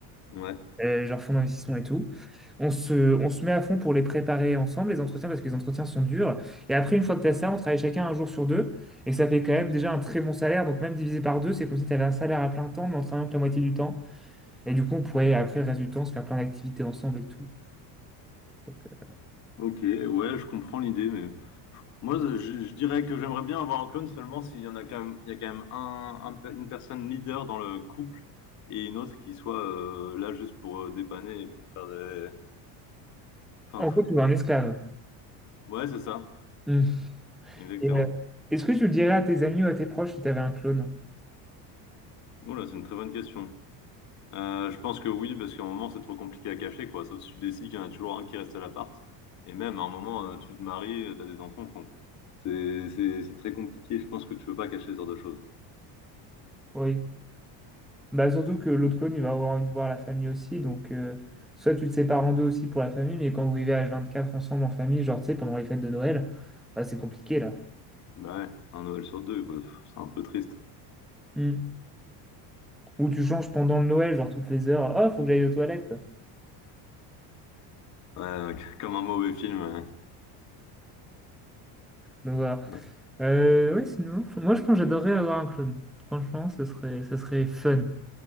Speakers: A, on the left; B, in the centre.
A: Ouais.
B: euh, genre fonds d'investissement et tout. On se, on se met à fond pour les préparer ensemble, les entretiens, parce que les entretiens sont durs. Et après, une fois que tu as ça, on travaille chacun un jour sur deux. Et ça fait quand même déjà un très bon salaire. Donc même divisé par deux, c'est comme si tu avais un salaire à plein temps, mais en travaillant que la moitié du temps. Et du coup, on pourrait, après le reste du temps, se faire plein d'activités ensemble et tout. Donc, euh,
A: Ok, ouais, je comprends l'idée, mais moi, je, je dirais que j'aimerais bien avoir un clone seulement s'il y en a quand même, il y a quand même un, un pe- une personne leader dans le couple et une autre qui soit euh, là juste pour euh, dépanner et pour faire des. Enfin,
B: en gros,
A: pff,
B: tu vois un esclave.
A: ouais, c'est ça,
B: Mm.
A: exactement.
B: Et, euh, est-ce que tu le dirais à tes amis ou à tes proches si tu avais un clone?
A: Oh là, c'est une très bonne question. Euh, je pense que oui, parce qu'à un moment, c'est trop compliqué à cacher, quoi. Sauf si tu décides qu'il y en a toujours un qui reste à l'appart. Et même, à un moment, euh, tu te maries, euh, t'as des enfants. enfin, c'est, c'est, c'est très compliqué. Je pense que tu peux pas cacher ce genre de choses.
B: Oui. Bah, surtout que l'autre clone, il va avoir envie de voir la famille aussi. Donc, euh, soit tu te sépares en deux aussi pour la famille, mais quand vous vivez h quatre ensemble en famille, genre, tu sais, pendant les fêtes de Noël, bah, c'est compliqué là.
A: Bah ouais, un Noël sur deux, bah, pff, c'est un peu triste.
B: Hmm. Ou tu changes pendant le Noël, genre toutes les heures. Oh, faut que j'aille aux toilettes.
A: Ouais, <laughs> c- comme un mauvais film. euh.
B: Donc, voilà.
A: Ouais.
B: Euh, ouais, sinon, f- moi, je pense que j'adorerais avoir un clone. Franchement, ce serait, ça serait fun.